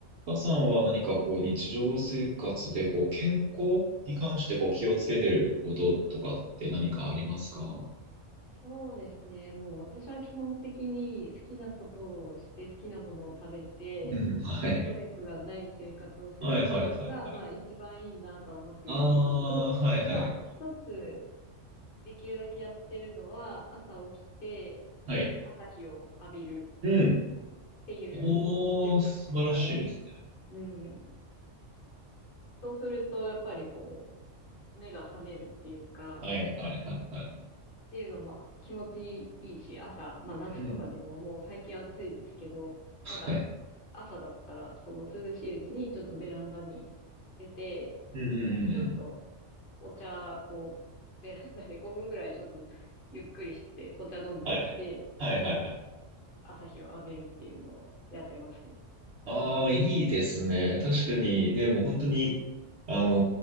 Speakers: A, on the right (about 60°); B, on the left (about 50°).
A: 岡さんは何かこう日常生活でこう健康に関してこう気をつけてることとかって何かありますかう
B: そうですね。もう私は基本的に好きなことをして好きなものを食べて、
A: ん <laughs> はい。
B: ストレスがない生活をするっていうのが、
A: はいはいはいはい。
B: まあ一番いいなとは思っているんですけど、
A: ああ、はいはい。
B: まあ一つできるだけやってるのは、朝起きて
A: はい。
B: 朝日を浴びる
A: うん。
B: っていう習慣ですかね。
A: おー、素晴らしいですね。
B: うん。そうすると、やっぱりこう、目が覚めるっていうか、
A: はいはいはいはい。
B: っていうのも気持ちいいし、朝、まあ夏とかでももう最近暑いですけど、
A: うん。
B: まだ朝だったら、
A: はい。
B: その涼しいうちにちょっとベランダに出て、
A: うんうんうんうん。
B: で、ちょっとお茶をベランダで5分ぐらいちょっとゆっくりして、お茶飲んだりして、
A: はい。はいはいはい。
B: こう、朝日を浴びるっていうのをやってますね。
A: ああ、いいですね。確かにね、もう本当に、あの